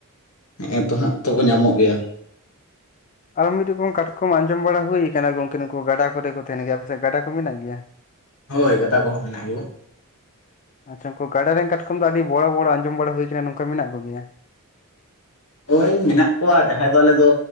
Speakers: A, on the left (about 75°); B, on the left (about 35°).
A: ᱦᱮᱜᱮ ᱛᱚ ᱦᱟᱸᱜ ᱛᱚᱠᱚ ᱧᱟᱢᱚᱜ ᱜᱮᱭᱟ᱾
B: ᱟᱨᱚ ᱢᱤᱫ ᱨᱚᱠᱚᱢ ᱠᱟᱴᱠᱚᱢ ᱟᱸᱡᱚᱢ ᱵᱟᱲᱟ ᱦᱩᱭ ᱠᱟᱱᱟ ᱜᱚᱝᱠᱮ ᱱᱩᱠᱩ ᱜᱟᱰᱟ ᱠᱚᱨᱮ ᱠᱚ ᱛᱟᱦᱮᱱ ᱜᱮᱭᱟ ᱟᱯᱮ ᱥᱮᱫ ᱜᱟᱰᱟ ᱠᱚ ᱢᱮᱱᱟᱜ ᱜᱮᱭᱟ? <inaudible>
A: ᱦᱳᱭ ᱜᱟᱛᱟ ᱠᱚᱦᱚᱸ ᱢᱮᱱᱟᱜ ᱜᱮᱭᱟ᱾
B: ᱟᱪᱪᱷᱟ ᱩᱱᱠᱩ ᱜᱟᱰᱟ ᱨᱮᱱ ᱠᱟᱴᱠᱚᱢ ᱫᱚ ᱟᱹᱰᱤ ᱵᱚᱲᱚ ᱵᱚᱲᱚ ᱟᱸᱡᱚᱢ ᱵᱟᱲᱟ ᱦᱩᱭ ᱠᱟᱱᱟ ᱱᱚᱝᱠᱟ ᱢᱮᱱᱟᱜ ᱠᱚᱜᱮᱭᱟ?
A: ᱦᱳᱭ ᱢᱮᱱᱟᱜ ᱠᱚᱣᱟ ᱡᱟᱦᱟᱸᱭ ᱫᱚ ᱟᱞᱮ ᱫᱚ